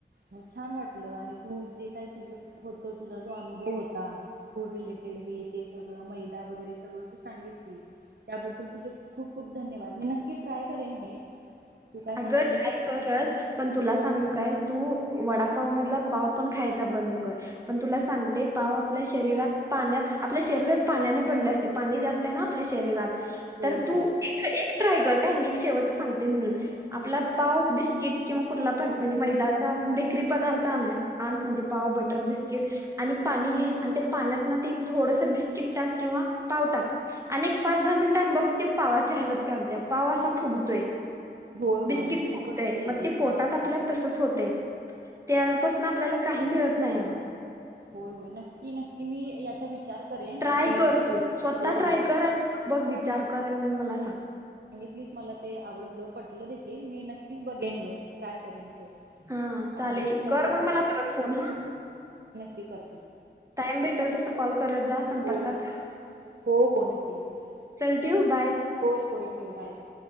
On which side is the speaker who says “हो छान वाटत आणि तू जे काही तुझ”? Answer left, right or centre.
Right